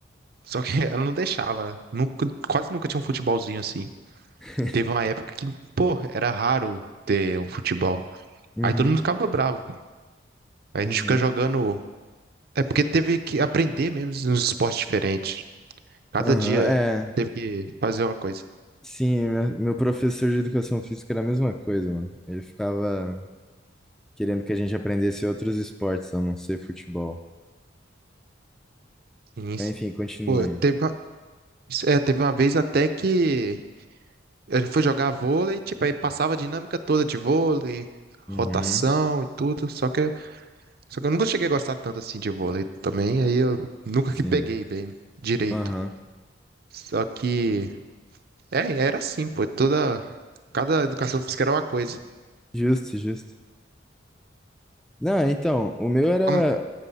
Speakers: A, on the right; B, in the centre.
A: só que <laughs> ela não deixava. Nunca, quase nunca tinha um futebolzinho assim.
B: <laughs>
A: Teve uma época que, pô, era raro ter um futebol.
B: Uhum,
A: Aí todo mundo ficava bravo. Aí a
B: uhum.
A: gente fica jogando. É porque teve que aprender mesmo nos esportes diferentes. Cada
B: Aham,
A: dia
B: é.
A: teve que fazer uma coisa.
B: Sim, meu meu professor de educação física era a mesma coisa, mano. Ele ficava querendo que a gente aprendesse outros esportes, a não ser futebol.
A: Sim.
B: Mas, Enfim, continue.
A: Pô, teve uma, isso- é, teve uma vez até que a gente foi jogar vôlei, tipo, aí passava a dinâmica toda de vôlei, rotação
B: Uhum.
A: e tudo, só que, só que eu nunca cheguei a gostar tanto assim de vôlei também, aí eu nunca
B: Sim.
A: que peguei bem direito.
B: Aham.
A: Só que, é, era assim, pô, toda, cada educação física era uma coisa.
B: Justo, justo. Não, então, o meu era.
A: Como-